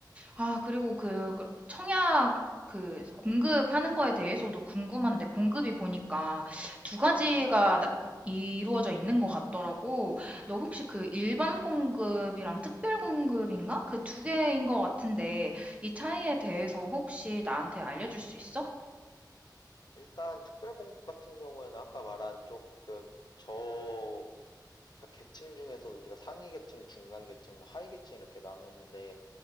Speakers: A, on the right (about 15°); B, on the left (about 65°).
A: 아, 그리고 그, 그 청약 그 공급하는 거에 대해서도 궁금한데, 공급이 보니까 두 가지가 나- 이루어져 있는 것 같더라고. 너 혹시 그 일반 공급이랑 특별 공급인가? 그 두 개인 것 같은데, 이 차이에 대해서 혹시 나한테 알려줄 수 있어?
B: 일단 특별 공급 같은 경우에는 아까 말한 조금 저 그러니까 계층 중에서도 우리가 상위 계층, 중간 계층, 뭐 하위 계층 이렇게 나누는데